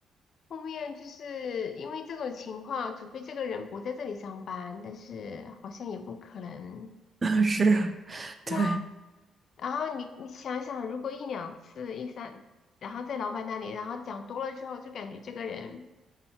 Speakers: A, on the left (about 60°); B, on the right (about 25°).
A: 后面就是因为这种情况，除非这个人不在这里上班，但是好像也不可能。
B: <laughs> 是，
A: 对啊，
B: 对。
A: 然后你你想想，如果一两次、一三，然后在老板那里，然后讲多了之后，就感觉这个人